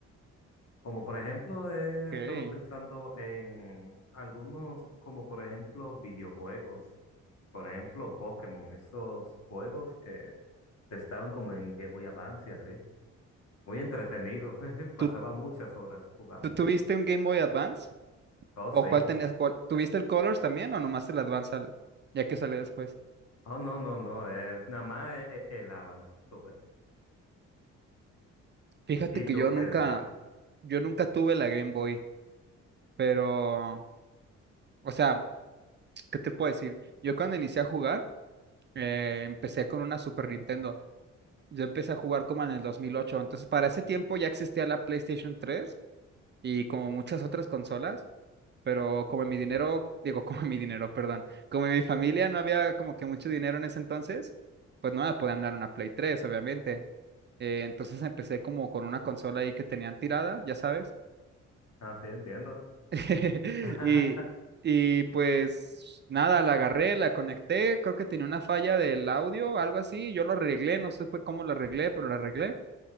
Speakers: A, on the left; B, on the right.
A: Como por ejemplo, he
B: Okay.
A: estado pensando en algunos, como por ejemplo, videojuegos. Por ejemplo, Pokémon, esos juegos que estaban como en Game Boy Advance y así. Muy entretenido, <laughs> jeje, pasaba
B: ¿Tú,
A: muchas horas jugándolo.
B: tú tuviste un Game Boy Advance?
A: Oh,
B: ¿O
A: sí.
B: cuál tenías? cuál- ¿Tuviste el Colors también o nomás el Advance al- ya que sale después?
A: Oh, no, no, no, es nada más e- e- el avance tuve.
B: Fíjate
A: ¿Y
B: que
A: tú
B: yo nunca,
A: qué tal?
B: yo nunca tuve la Game Boy, pero, o sea... ¿Qué te puedo decir? Yo cuando inicié a jugar, eh, empecé con una Super Nintendo. Yo empecé a jugar como en el 2008. Entonces, para ese tiempo ya existía la PlayStation 3 y como muchas otras consolas, pero como mi dinero, digo, <laughs> como mi dinero, perdón, como mi familia no había como que mucho dinero en ese entonces, pues no me podían dar una Play tres, obviamente. Eh, entonces empecé como con una consola ahí que tenían tirada, ya sabes.
A: Ah, sí, entiendo.
B: <laughs>
A: <laughs>
B: Y, y pues nada, la agarré, la conecté, creo que tenía una falla del audio, algo así, yo lo arreglé, no supe cómo lo arreglé, pero lo arreglé.